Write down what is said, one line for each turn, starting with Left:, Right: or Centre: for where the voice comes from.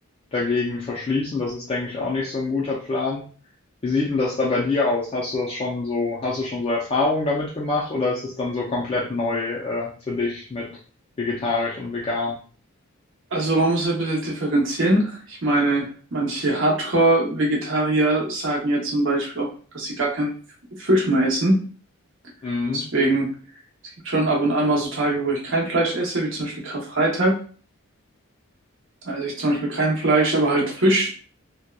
Left: dagegen verschließen. Das ist, denke ich, auch nicht so ein guter Plan. Wie sieht denn das da bei dir aus? Hast du das schon so, hast du schon so Erfahrungen damit gemacht oder ist es dann so komplett neu, äh, für dich mit vegetarisch und vegan?
Right: Also man muss ein bisschen differenzieren. Ich meine, manche Hardcore-Vegetarier sagen ja zum Beispiel auch, dass sie gar keinen Fisch mehr essen.
Left: Mhm.
Right: Deswegen, es gibt schon ab und an mal so Tage, wo ich kein Fleisch esse, wie zum Beispiel Karfreitag. Da esse ich zum Beispiel kein Fleisch, aber halt Fisch.